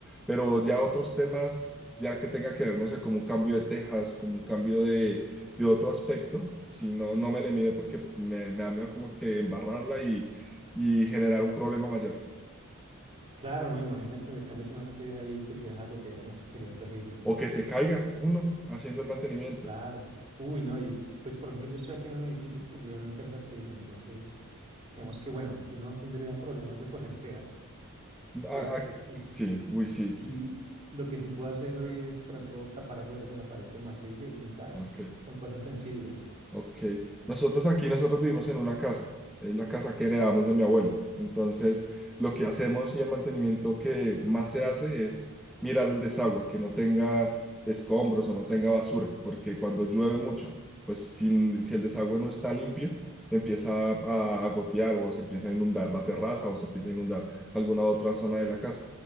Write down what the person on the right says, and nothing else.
Claro, ¿no? Imagínate donde cambies una teja ahí y te queda una gotera, ¿no? Eso sería terrible.
Claro. Uy, no, y pues por ejemplo yo estoy aquí en un edificio, pues yo vivo en un tercer piso, entonces digamos que bueno, aquí no tendría problemas de poner teas,
pero pues
sí,
sí, lo que sí puedo hacer es, por ejemplo, tapar agujeros en la pared con masilla y pintar,
son cosas sencillas.